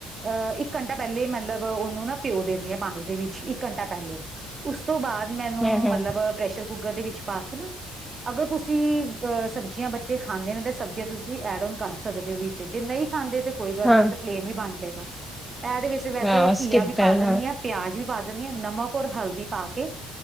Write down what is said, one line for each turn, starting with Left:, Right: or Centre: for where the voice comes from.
Right: ਅਹ, ਇੱਕ ਘੰਟਾ ਪਹਿਲੇ ਮਤਲਬ ਉਹਨੂੰ ਨਾ ਭਿਓ ਦਿੰਦੇ ਹਾਂ ਪਾਣੀ ਦੇ ਵਿੱਚ, ਇੱਕ ਘੰਟਾ ਪਹਿਲੇ। ਉਸ ਤੋਂ ਬਾਅਦ ਮੈਨੂੰ,
Centre: ਹੂੰ-ਹੂੰ,
Right: ਮਤਲਬ ਪ੍ਰੈਸ਼ਰ ਕੁੱਕਰ ਦੇ ਵਿੱਚ ਪਾ ਕੇ ਨਾ। ਅਗਰ ਤੁਸੀਂ, ਅਹ, ਸਬਜ਼ੀਆਂ ਬੱਚੇ ਖਾਂਦੇ ਨੇ ਤਾਂ ਸਬਜ਼ੀਆਂ ਤੁਸੀਂ ਐਡ ਓਨ ਕਰ। ਸਕਦੇ ਵਿੱਚ, ਜੇ ਨਹੀਂ ਖਾਂਦੇ ਤੇ ਕੋਈ ਗੱਲ
Centre: ਹਾਂ।
Right: ਨੀ ਉਹ ਤਾਂ ਪਲੇਨ ਵੀ ਬਣ ਜਏਗਾ, ਇਹਦੇ ਵਿੱਚ ਵੈਸੇ
Centre: ਹਾਂ, ਸਕਿਪ
Right: ਘੀਆ ਵੀ ਪਾ
Centre: ਕਰ
Right: ਦਿਨੀਂ ਆ ਪਿਆਜ ਵੀ, ਪਾ ਦਿੰਣੀ ਆ ਨਮਕ ਔਰ ਹਲਦੀ ਪਾ ਕੇ,